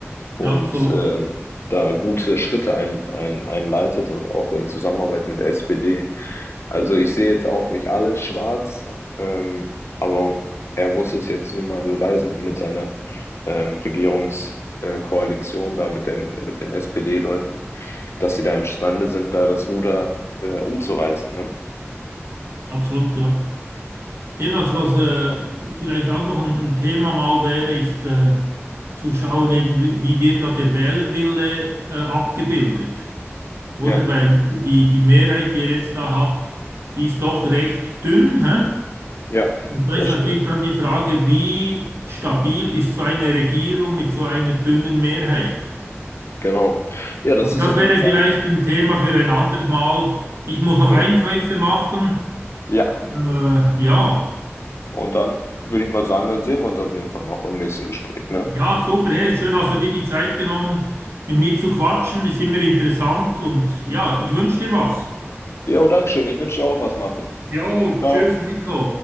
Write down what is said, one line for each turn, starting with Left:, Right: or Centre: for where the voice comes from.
Left: Und
Right: ja, absolut,
Left: ähm, da gute Schritte ein, ein, einleitet und auch in Zusammenarbeit mit der SPD. Also ich sehe jetzt auch nicht alles schwarz, ähm, aber er muss es jetzt nun mal beweisen mit seiner ähm, Regierungskoalition da mit den, mit den SPD-Leuten, dass sie da imstande sind, da das Ruder äh, umzureißen. Ne?
Right: absolut, ja. Ebenfalls,
Left: Das denke
Right: was äh,
Left: ich auch.
Right: vielleicht auch noch ein, ein Thema mal wäre, ist äh, zu schauen, eben, wie wie wird da der Wählerwille äh, abgebildet. Oder
Left: Ja,
Right: weil die, die Mehrheit, die er jetzt da hat, die ist doch recht dünn, hä?
Left: ja,
Right: Und da
Left: das
Right: ist natürlich
Left: stimmt.
Right: dann die Frage, wie stabil ist so eine Regierung mit so einer dünnen Mehrheit?
Left: Genau. Ja, das
Right: Aber
Left: ist
Right: das
Left: auf
Right: wäre
Left: jeden Fall,
Right: vielleicht ein Thema für ein anderes Mal. Ich muss noch
Left: genau.
Right: Einkäufe machen.
Left: Ja.
Right: Äh, ja,
Left: Und dann würde ich mal sagen, dann sehen wir uns auf jeden Fall noch im nächsten Gespräch, ne?
Right: ja, super. Hey, schön, hast du dir die Zeit genommen, mit mir zu quatschen. Ist immer interessant und ja, ich wünsche dir was.
Left: Jo, Dankeschön. Ich wünsche dir auch was, Martin.
Right: Jo,
Left: Ciao.
Right: tschüss, Nico.